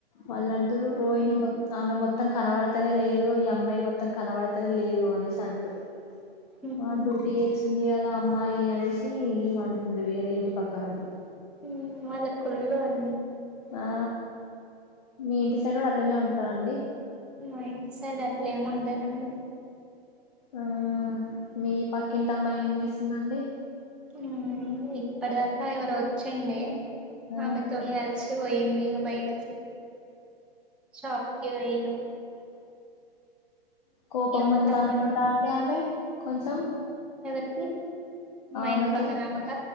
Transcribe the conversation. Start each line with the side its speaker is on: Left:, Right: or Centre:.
Left: వాళ్ళ అంటరూ
Centre: ఉమ్,
Left: రోహిని మొత్తం ఆమె మొత్తం కనబడితేనే లేదు ఈ అమ్మాయి మొత్తం కనబడితేనే లేదు అనేసి అంటురు
Centre: ఉహు
Left: ఆ డ్యూటీ ఇస్తుంది గదా అమ్మాయి అనేసిఈమె అంటుంది వేరేంటి పక్కనోళ్ళు
Centre: మ్ వాళ్ళక్ కుళ్ళు అన్నీ
Left: ఆ మీ ఇంటి సైడ్ గూడా అట్లనే ఉంటార అండి
Centre: మా ఇంటి సైడ్ అట్లా ఏం ఉండదండి
Left: ఆ మీ పక్కింటిమ్మాయి ఏం చేసిందండి
Centre: మ్ ఇప్పటి దాకా ఎవరు వచ్చండె
Left: ఆ
Centre: ఆమెతోన్ని కలిసిపోయి ఇగా బయటికి షాప్కి పోయినరు
Left: కోపం
Centre: మా
Left: ఉంద
Centre: తమ్ముడు
Left: అనుకుంటా అండి ఆమె కొంచెం
Centre: ఎవరికి మా
Left: ఆమెకే
Centre: ఇంటి పక్కనఆమెక